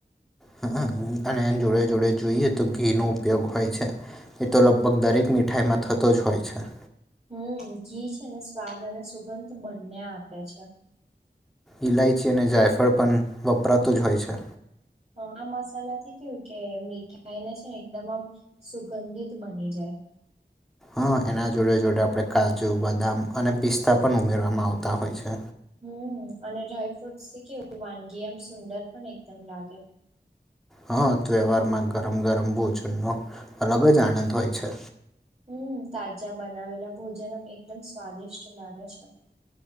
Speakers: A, in the centre; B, on the right.
A: હમ અને એ જોડે જોડે જોઈએ તો ઘી નો ઉપયોગ હોય છે એ તો લગભગ દરેક મીઠાઈમાં થતો જ હોય છે
B: હમ ઘી છે ને સ્વાદ અને સુગંધ બંને આપે છે
A: ઇલાયચી અને જાયફળ પણ વપરાતું જ હોય છે
B: હ આ મસાલા થી કેવું કે મીઠાઈને છે ને એકદમ આમ સુગંધિત બની જાય
A: હા એના જોડે જોડે આપણે કાજુ બદામ અને પિસ્તા પણ ઉમેરવામાં આવતા હોય છે
B: હમ અને ડ્રાય ફ્રુટ કેવું વાનગી એમ સુંદર પણ એકદમ લાગે
A: હા તહેવારમાં ગરમ ગરમ ભોજનનોો અલગ જ આનંદ હોય છે
B: હમ તાજા બનાવેલા ભોજનમ એકદમ સ્વાદિષ્ટ લાગે છે